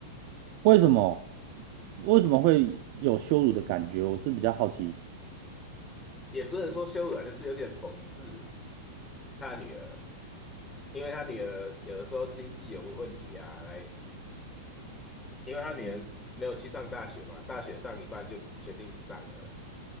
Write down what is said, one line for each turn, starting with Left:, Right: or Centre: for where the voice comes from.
Right: 为什么为什么会有羞辱的感觉？我是比较好奇。
Left: 也不能说羞辱啊，就是有点讽刺他女儿，因为他女儿有的时候经济有问题呀，来，因为他女儿没有去上大学嘛，大学上一半就不决定不上了，